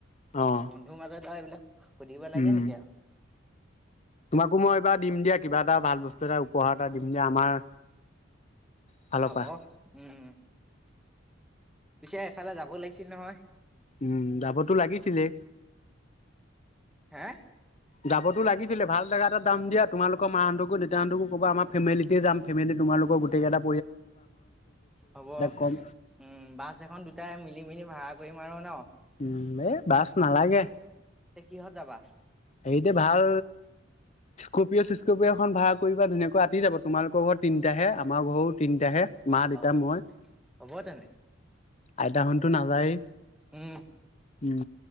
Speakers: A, on the left; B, in the centre.
A: অ'।
B: বন্ধুৰ মাজত আৰু এইবিলাক সুধিব লাগে
A: উম,
B: নেকি আৰু
A: তোমাকো মই এইবাৰ দিম দিয়া কিবা এটা ভাল বস্তু এটা উপহাৰ এটা দিম দিয়া আমাৰ ফালৰ
B: হব
A: পৰা।
B: উম পিছে এফালে যাব লাগিছিল নহয়
A: উম যাবতো লাগিছিলে
B: হে
A: যাবতো লাগিছিলে ভাল জেগা এটা যাম দিয়া তোমালোক মাহঁতকো দেউতাহঁতকো কবা আমাৰ ফেমেলিটে যাম ফেমেলি তোমালোকৰ গোটেইটা
B: হ'ব
A: ক'ম
B: উম বাছ এখন দুটাই মিলি মেলি ভাড়া কৰিম আৰু ন
A: উ এই বাছ নালাগে
B: তে কিহত যাবা
A: হেৰিতে ভাল স্কপিঅ' চু্কপিঅ এখন ভাড়া কৰি ধুনীয়াকৈ আঁতি যাব তোমালোকৰ ঘৰত তিনিটাহে আমাৰ ঘৰো তিনিটাহে। মা দেউতা
B: অ
A: মই
B: হ'ব তেনে।
A: আইতাহটো নাযায়
B: উম।
A: উম